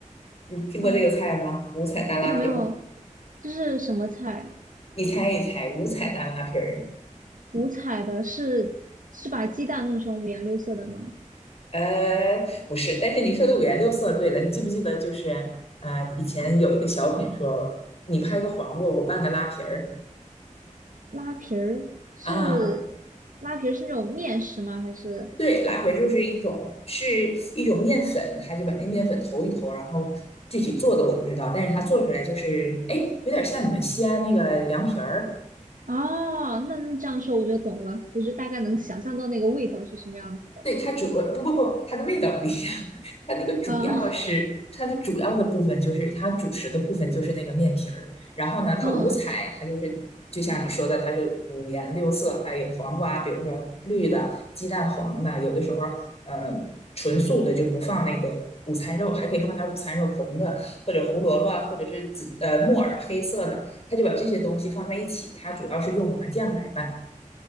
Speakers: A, on the left; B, on the right.
A: 你听过这个菜吗？
B: 啊。
A: 五彩大拉皮儿，
B: 这个没有，这是什么菜？
A: 你猜一猜，五彩大拉皮儿？
B: 五彩的是是把鸡蛋弄成五颜六色的吗？
A: 呃，不是，但是你说的五颜六色，对了，你记不记得就是呃，以前有一个小品说，你拍个黄瓜，我拌个拉皮儿
B: 拉皮儿是
A: 啊？
B: 拉皮儿是那种面食吗？还是
A: 对，拉皮儿就是一种是一种面粉，他就把那面粉投一投，然后具体做的我不知道，但是它做出来就是，哎，有点像你们西安那个凉皮儿。
B: 哦，那那这样说我就懂了，我就大概能想象到那个味道是什么样子的了。
A: 对，它主，不过不，它的味道不一样。<laughs> 它那个主要是它的主要的部分，
B: 啊，
A: 就是它主食的部分就是那个面皮儿。然后呢，它五彩，
B: <laughs> 嗯，
A: 它就是就像你说的，它是五颜六色，还有黄瓜，比如说绿的、鸡蛋黄的，有的时候嗯呃纯素的就不放那个午餐肉，还可以放点午餐肉，红的或者胡萝卜或者是紫呃木耳黑色的，它就把这些东西放在一起。它主要是用麻酱来拌。